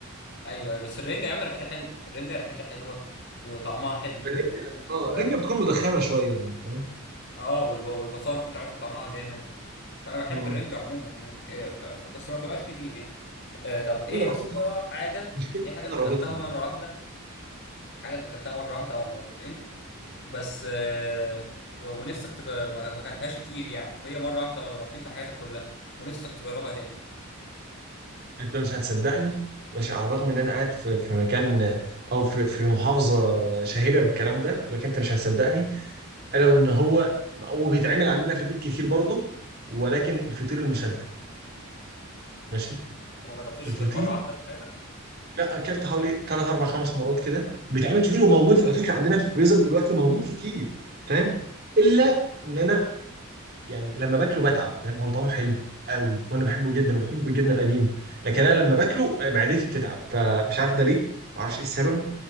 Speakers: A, on the left; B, on the right.
A: ايوه ايوه بس الرنجه يا عم ريحتها حلوه الرنجه ريحتها حلوه وطعمها حلو
B: الرنجه اه
A: و...
B: الرنجه بتكون مدخنه شويه يعني فاهم
A: اه والب... والبصارخ بتاعتها طعمها جامد فانا بحب
B: مم.
A: الرنجة عموما يعني ف... ف... ف... بس ما اكلهاش كتير يعني آه طب ايه
B: انا رابطها
A: يا اسطى حاجة
B: مشكلتي
A: ايه حاجة
B: ان انا
A: انت
B: رابطها
A: اكلتها مرة واحدة حاجة انت اكلتها مرة واحدة او مرتين بس آه و... ونفسك تج... ما ما اكلتهاش كتير يعني وهي مرة واحدة ولا مرتين في حياتك كلها ونفسك تجربها تاني
B: انت مش هتصدقني ماشي على الرغم ان انا قاعد في في مكان او في في محافظه شهيره بالكلام ده ولكن انت مش هتصدقني الا وان هو هو بيتعمل عندنا في البيت كتير برضه ولكن الفطير المشلتت ماشي
A: انت ما جربتوش
B: الفطير
A: غير مرة واحدة في حياتك
B: لا اكلت حوالي 3 4 5 مرات كده بيتعمل كتير وموجود على فكره عندنا في الفريزر دلوقتي موجود كتير فاهم الا ان انا يعني لما باكله بتعب فاهم هو طعمه حلو قوي وانا بحبه جدا وبحبه الجبنه القديم لكن انا لما باكله آه، معدتي بتتعب فمش عارف ده ليه ما اعرفش ايه السبب